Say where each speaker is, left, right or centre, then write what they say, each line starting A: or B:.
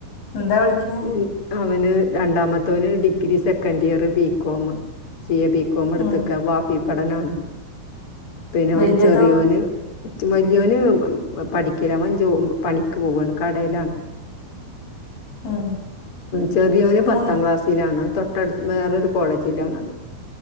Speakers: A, on the left; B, on the left.
A: എന്താ പഠിക്കനേ
B: ഉം അവന് രണ്ടാമത്തവന് ഡിഗ്രി സെക്കന്ഡ് ഇയർ ബ കോോം സി എ ബികോം എടുത്തക്ക
A: ഉം
B: ഭാഫി പടനാണ് പിന്നെ
A: വല്യതോ
B: ചെറിയോന് വല്ിയോന് പഠിക്കല അവഞ്ചോ പണിക്ക് പോവാണ് കടയിലാണ്
A: ഉം
B: ചെറിയവന്
A: മൂന്ന്
B: പത്താം ക്ലാസ്സിലാണ്ൊ തൊട്ടടുത്ത് വേറരു കോളേജിലാണത്